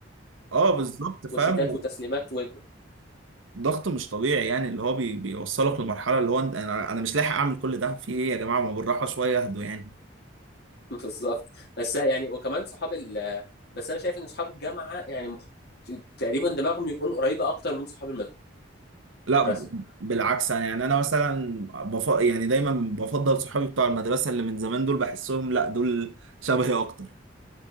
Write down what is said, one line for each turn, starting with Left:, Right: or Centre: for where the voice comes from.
Right: اه بالظبط فاهم
Left: وشتات وتسليمات و...
Right: ضغط مش طبيعي يعني اللي هو بي... بيوصلك لمرحله اللي هو انت انا أنا مش لاحق اعمل كل ده في ايه يا جماعه ما بالراحه شويه اهدوا يعني
Left: <laughs> بالظبط بس يعني وكمان صحاب ال بس انا شايف ان صحاب الجامعه يعني مخ... تقريبا دماغهم يكون قريبه اكتر من صحاب
Right: لا
Left: المدرسه
Right: بالعكس انا يعني انا مثلا بف... يعني دايما بفضل صحابي بتوع المدرسه اللي من زمان دول بحسهم لا دول شبهي اكتر